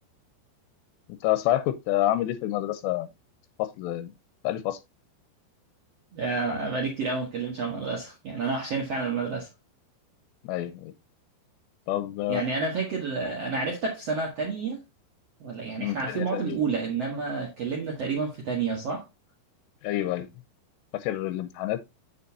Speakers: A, on the left (about 80°); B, on the right (about 65°).
A: انت صحيح كنت عامل ايه في المدرسة فصل تاني فصل
B: يعني بقالي كتير قوي ما اتكلمتش عن المدرسه يعني انا وحشاني فعلا المدرسه
A: ايوه أيوة. طب
B: يعني انا فاكر آه، انا عرفتك في سنه تانية ولا يعني
A: م،
B: احنا
A: تانية
B: عارفين بعض
A: تقريبا
B: من اولى انما اتكلمنا تقريبا في تانية صح
A: ايوه ايوه فاكر الامتحانات